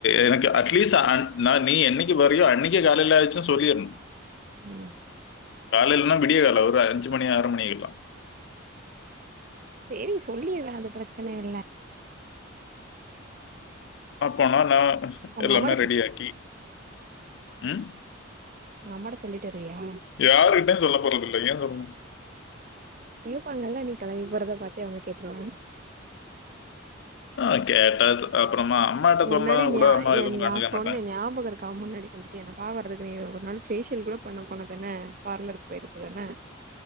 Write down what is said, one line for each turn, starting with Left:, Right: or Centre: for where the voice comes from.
Left: எனக்கு அட்லீஸ்ட் நீ என்னைக்கு வரயோ அன்னைக்கு காலேயில ஆச்சுன்னு சொல்லிடணு
Right: உம்
Left: காலேலன்னா விடிய கால ஒரு அஞ்சு மணி ஆறு மணிக்கு எல்லா
Right: சேரி சொல்லீறே அது பிரச்சன இல்ல
Left: அப்பனா நா
Right: உங்க
Left: எல்லாமே
Right: அம்மாட்ட
Left: ரெடியாக்கி ம்
Right: உங்க அம்மாட்ட சொல்லிட்டு வரியா
Left: யாருகிட்ட சொல்ல போறதல்ல ஏ சொல்லணு
Right: இருப்பாங்கல்ல நீ கெலம்பி போறத பாத்தே அவுங்க கேட்ருவாங்க
Left: ஆ கேட்டா அப்புறமா அம்மாட்ட
Right: முன்னாடி
Left: சொன்னா கூட அம்மா எதுவும் கண்டுக்க
Right: நா சொன்னே
Left: மாட்டேன்
Right: ஞாபக இருக்கா முன்னாடி வந்துட்டு என பாக்குறது ஒரு நாள் பேஷியல் கூட பண்ண போனதான பார்லருக்கு போயிருக்கதான